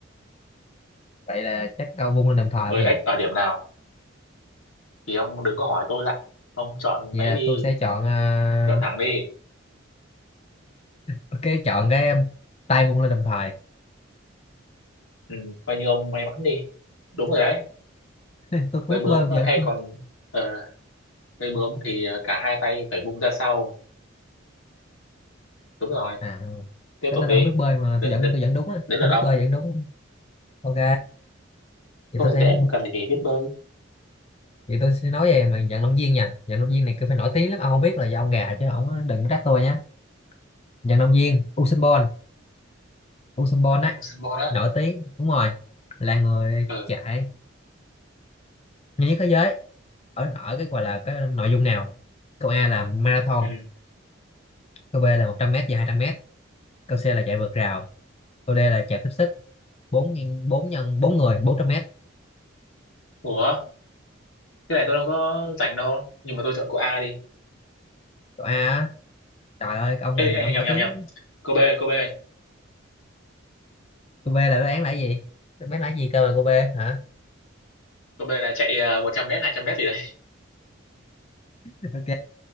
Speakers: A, on the left (about 30°); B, on the left (about 80°).
A: vậy là chắc câu vung lên đồng thời
B: bơi
A: không nhỉ
B: ếch ở điểm nào thì ông đừng có hỏi tôi lại ông chọn
A: vậy
B: lấy
A: là
B: đi
A: tôi sẽ chọn ờ,
B: chọn thẳng đi
A: ok chọn cái tay vung lên đồng thời
B: ừ, coi như ông may mắn đi đúng rồi đấy
A: <laughs> tôi không
B: bơi
A: biết
B: bướm
A: bơi tôi giờ
B: hay
A: tôi
B: còn uh, bơi bướm thì ờ, cả hai tay phải vung ra sau đúng rồi
A: à
B: tiếp
A: tính
B: tục
A: ra
B: đi
A: tôi không biết bơi mà
B: đến
A: tôi vẫn
B: đến,
A: tôi vẫn đúng á
B: đến lượt
A: không biết
B: ông
A: bơi
B: á
A: vẫn đúng ok vậy
B: câu
A: tôi
B: này
A: sẽ
B: dễ mà cần gì phải biết bơi
A: vậy tôi sẽ nói về mà vận động viên nha vận động viên này cứ phải nổi tiếng lắm ông không biết là do ông gà chứ ông đừng có trách tôi nhé vận động viên Usain Bolt Usain Bolt ấy
B: ông sân bò đó
A: nổi tiếng đúng rồi là người
B: ờ
A: chạy nhanh nhất thế giới ở ở cái gọi là cái nội dung nào câu A là marathon
B: ừ
A: câu B là 100m và 200m câu C là chạy vượt rào câu D là chạy tiếp sức 4 4 nhân 4 người 400m
B: ủa cái này tôi đâu có rảnh đâu nhưng mà tôi chọn cô A đi
A: câu A á, trời ơi cái ông
B: Ê,
A: này
B: nhầm
A: là ông
B: nhầm
A: nổi
B: nhầm
A: tiếng
B: nhầm cô B cô B
A: câu B là đáp án là cái gì đáp án là cái gì cơ mà câu B hả
B: cô B là chạy ờ, 100 mét 200 mét gì đấy <laughs>
A: <laughs> ok